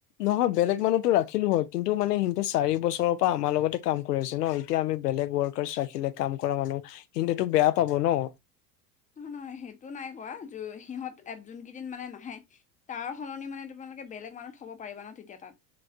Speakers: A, on the left; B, on the left.
A: নহয় বেলেগ মানুহতো ৰাখিলো হয় কিন্তু মানে সিহতে চাৰি বছৰৰ পৰা আমাৰ লগতে কাম কৰি আছে ন, এতিয়া আমি বেলেগ ৱৰ্কাৰছ ৰাখিলে কাম কৰা মানুহ সিন্তুটো বেয়া পাব ন।
B: নহয় নহয় সেইটো নাই কৰা সিহঁত এত যোন কেইদিন মানে নাহে, তাৰ সলনি মানে তোমালোকে বেলেগ মানুহ থ'ব পাৰিবা ন তেতিয়া তাত।